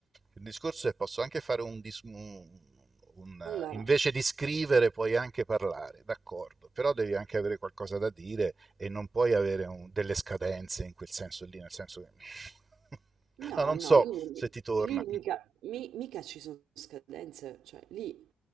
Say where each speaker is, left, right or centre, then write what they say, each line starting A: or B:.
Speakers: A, on the right; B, on the right.
A: il discorso è che posso anche fare un, dis- un- un-
B: Allora,
A: eh, invece di scrivere puoi anche parlare, d'accordo, però devi anche avere qualcosa da dire e non puoi avere un- delle scadenze in quel senso lì, nel senso che... <laughs>
B: No,
A: No, non
B: no,
A: so
B: lì, non
A: se
B: mi-
A: ti torna.
B: lì mica, mi- mica ci sono scadenze, cioè lì